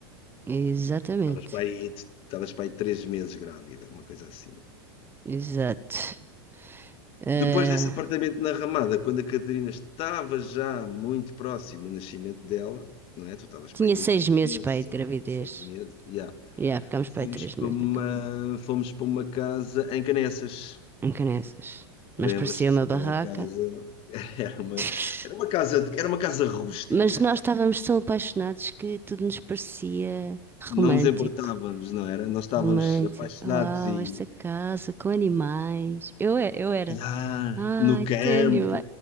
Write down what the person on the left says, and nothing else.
Estavas para aí, estavas para aí três meses grávida, uma coisa assim.
Depois desse apartamento na Ramada, quando a Catarina estava já muito próximo do nascimento dela, não é? Tu estavas
pai de
oito
meses
ou
seis meses, já.
Fomos
para
uma,
fomos para uma casa em Canessas.
Lembras-te
daquela
casa? <laughs> Era uma,
era uma casa, de- era uma casa rústica.
vá.
Não nos importávamos, não era? Nós estávamos
apaixonados
e,
e ah,
no campo.